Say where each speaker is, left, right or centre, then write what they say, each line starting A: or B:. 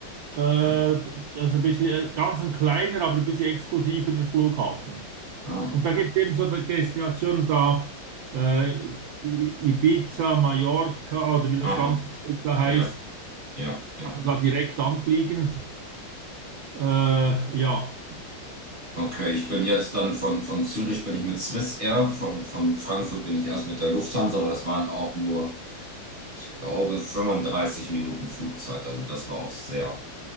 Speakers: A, on the right; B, on the right.
A: Äh,
B: okay.
A: das ist ein bisschen äh, ganz ein kleiner, aber ein bisschen exklusiverer Flughafen.
B: Ah.
A: Und da gibt es eben so Destinationen da, äh, I- Ibiza, Mallorca oder wie das
B: Aha.
A: ganze Zeug da heißt.
B: Ja, ja, ja.
A: Kannst du da direkt anfliegen? Äh, ja.
B: Okay, ich bin jetzt dann von, von Zürich bin ich mit Swiss Air, von, von Frankfurt bin ich erst mit der Lufthansa, aber das waren auch nur, ich glaube, 35 Minuten Flugzeit. Also das war auch sehr,